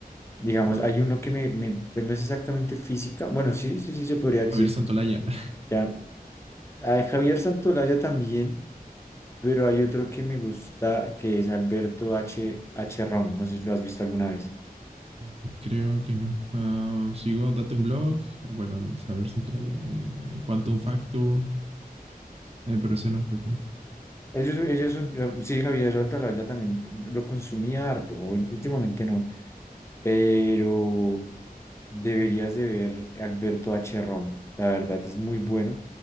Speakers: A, on the left; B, on the right.
A: Digamos, hay uno
B: Mira,
A: que me, me- pues no es exactamente física. Bueno, sí, sí, sí se podría decir.
B: Javier Santolaya. <laughs>
A: ya A Javier Santolaya también, pero hay otro que me gusta que es Alberto H. H. Rom. No sé si lo has visto alguna vez.
B: Ah, Creo que no. Ah, sigo Date un Blog. Ah, Bueno, Javier Santolaya. eh, Quantum Factor. eh, pero ese no, creo que no.
A: Ellos, ellos son, sí, Javier Santolaya también lo consumía harto, últimamente no, pero deberías de ver Alberto H. Rom. La verdad es muy bueno,